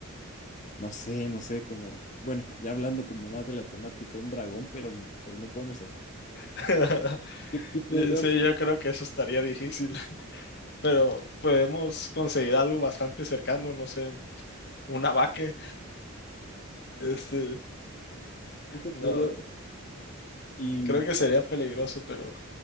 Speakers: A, on the left; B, on the left.
A: no sé, no sé, como, bueno, ya hablando como más de la temática, un dragón, pero, pero no podemos hacer.
B: <laughs>
A: que tú podrías,
B: Sí, yo creo que eso estaría difícil, <laughs> pero podemos conseguir algo bastante cercano, no sé, una vaca, este,
A: eso
B: no,
A: podría ser. y,
B: creo que sería peligroso, pero,